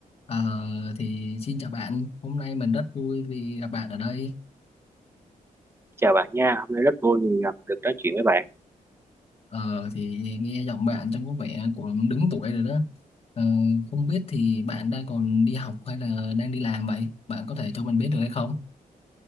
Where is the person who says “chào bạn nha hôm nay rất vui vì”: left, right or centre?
Right